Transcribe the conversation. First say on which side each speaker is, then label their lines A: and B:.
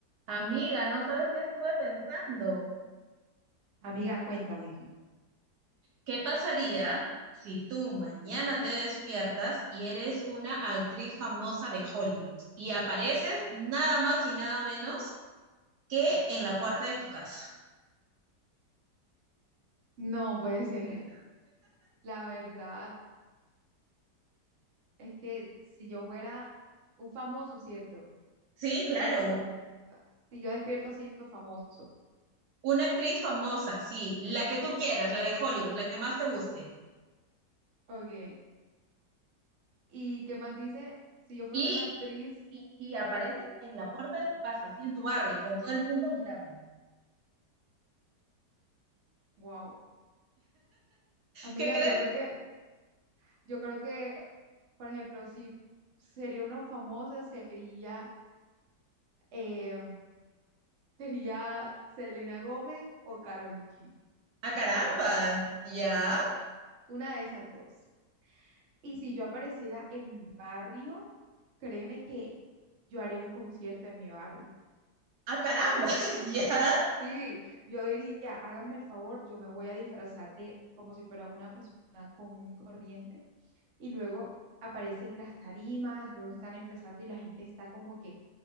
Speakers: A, on the right; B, on the right.
A: Amiga, ¿no sabes qué estuve pensando?
B: Amiga, cuéntame.
A: ¿Qué pasaría si tú mañana te despiertas y eres una actriz famosa de Hollywood y apareces nada más y nada menos que en la puerta de tu casa?
B: No puede ser. <laughs> La verdad es que si yo fuera un famoso, ¿cierto?
A: Sí, claro,
B: Esa fue la pregunta. Si yo despierto, siento famoso.
A: una actriz famosa, sí, la que tú quieras, la de Hollywood, la que más te guste.
B: Ok. ¿Y qué más dice? Si yo fuera
A: Y,
B: una actriz,
A: y, y apareces en la puerta de tu casa, así en tu barrio, con todo el mundo mirando.
B: wow. Amiga,
A: ¿Qué crees?
B: yo creo que, yo creo que, por ejemplo, si sería una famosa, sería, eh, sería Selena Gómez o Karol G,
A: A carambas,
B: primero que todo.
A: ya.
B: Una de esas dos. Y si yo apareciera en mi barrio, créeme que yo haría un concierto en mi barrio.
A: A carambas, <laughs> ya.
B: Sí, yo diría, háganme el favor, yo me voy a disfrazar de como si fuera una persona común y corriente y luego aparecen las tarimas, luego están empezando y la gente está como que,